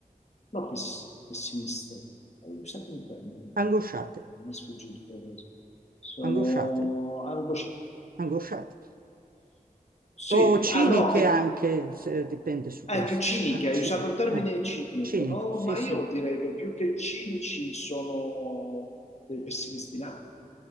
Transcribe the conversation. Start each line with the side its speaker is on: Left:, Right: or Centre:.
Left: no, pess- pessimiste, hai usato un termine,
Right: Angosciate,
Left: eh, mi è sfuggito adesso. Sono
Right: angosciate,
Left: angosciate,
Right: angosciate.
Left: sì,
Right: O ciniche
Left: ah no, che
Right: anche, se- dipende su
Left: Ecco,
Right: questo.
Left: ciniche,
Right: Ah,
Left: hai
Right: cin-
Left: usato il termine
Right: eh,
Left: cinico,
Right: Cinico,
Left: no?
Right: sì,
Left: Ma
Right: sì.
Left: io direi che più che cinici sono dei pessimisti nati.